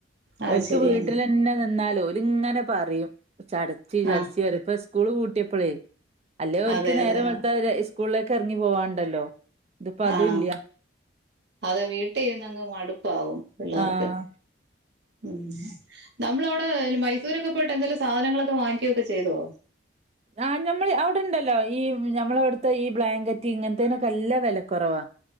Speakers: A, on the right; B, on the right.
A: അത്
B: ഒൽക്ക്
A: ശരിയാ
B: വീട്ടിൽ തന്നെ നിന്നാലു ഓലിങ്ങനെ പറയും ചടച്ചി ചടച്ചി
A: ആ
B: സ് സ്കൂള് കൂട്ടിയപ്പോളേ അല്ലേ ഓല്ക്ക്
A: അതെ
B: നേരം
A: അതെ
B: വെളുത്ത സ്കൂളിലേക്ക ഇറങ്ങി പോവാണ്ടല്ലോ? ഇതിപ്പോ അതും
A: ആഹ്
B: ഇല്ല
A: അത വീട്ടിരുന്നങ്ങ് മടുപ്പാവും പിള്ളർക്ക്.
B: ആഹ്
A: ഉം നമ്മള അവിടെ മൈസൂരൊക്കെ പോയിട്ട് എന്തെങ്കിലും സാധനങ്ങളൊക്കെ വാങ്ങിക്കോക്കെ ചെയ്തോ?
B: ആ ഞമ്മൾ അവിടെണ്ടല്ലോ ഈ നമ്മള അവിടെണ്ടല്ലോ ഈ ബ്ലാങ്കറ്റ് ഇങ്ങനത്തെേനൊക്കെ നല്ലാ വിലക്കുറവാ.